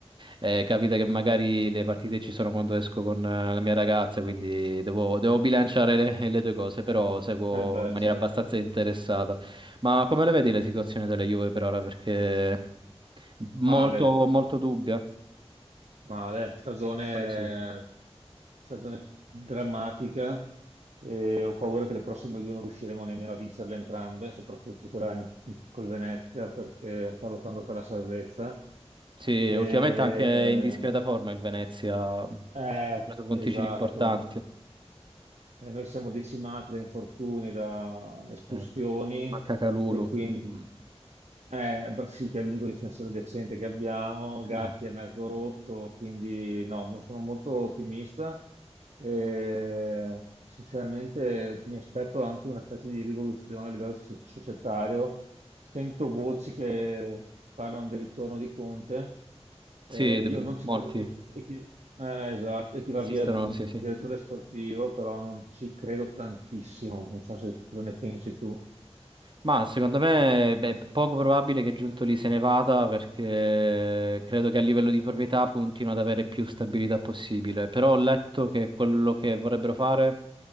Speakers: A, on the right (about 45°); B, on the right (about 80°).
A: eh, capita che magari le partite ci sono quando esco con eh, la mia ragazza, quindi devo, devo bilanciare le, le due cose, però seguo
B: Eh beh,
A: in maniera
B: certo.
A: abbastanza interessata. Ma come le vedi le situazioni della Juve per ora? Perché molto,
B: Male,
A: molto dubbia.
B: male. Stagione,
A: Eh, quello sì.
B: stagione drammatica e ho paura che le prossime due non riusciremo nemmeno a vincerle entrambe, soprattutto quella in- col Venezia perché sta lottando per la salvezza.
A: Sì,
B: Eh,
A: ultimamente anche in discreta forma il Venezia ha
B: eh,
A: preso punticini
B: esatto.
A: importanti.
B: Eh, noi siamo decimati da infortuni, da espulsioni
A: Eh, manca Calulu.
B: e quindi
A: Mm.
B: eh, beh, sì, che è l'unico difensore decente che abbiamo. Gatti
A: Eh,
B: è mezzo rotto, quindi no, non sono molto ottimista. Eh, sinceramente, mi aspetto anche una specie di rivoluzione a livello soci- societario. Sento voci che parlano del ritorno di Conte. Eh,
A: sì, de-
B: io non ci
A: molti
B: credo. E, e chi, eh, esatto, e chi va
A: esistono,
B: via mh,
A: sì, sì.
B: direttore sportivo, però non ci credo tantissimo. Non so se cosa ne pensi tu.
A: Ma secondo me beh, è poco probabile che Giuntoli se ne vada perché credo che a livello di proprietà puntino ad avere più stabilità possibile. Però ho letto che quello che vorrebbero fare